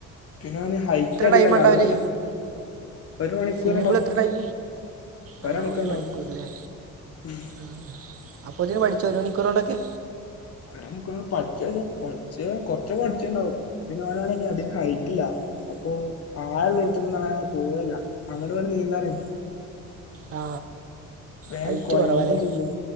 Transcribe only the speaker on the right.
ടൈം ഉണ്ടാവില്ലേ
സ്വിമ്മിംഗ്
പൂൾ എത്ര ടൈം ആ
ഒരു
മണിക്കൂറല്ലേ
ആഹ് അപ്പൊത്തിന് പഠിച്ചോ ഒരു മണിക്കൂറോണ്ടൊക്കെ
ആ
ഹൈറ്റ്
കുറവാല്ലേ